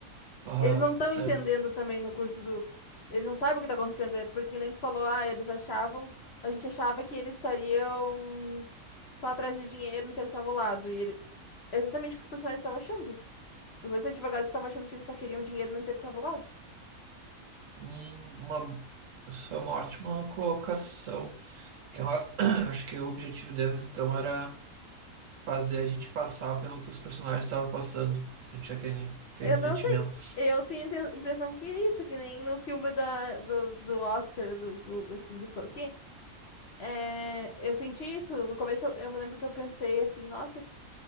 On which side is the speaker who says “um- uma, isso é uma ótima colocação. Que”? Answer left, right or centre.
Right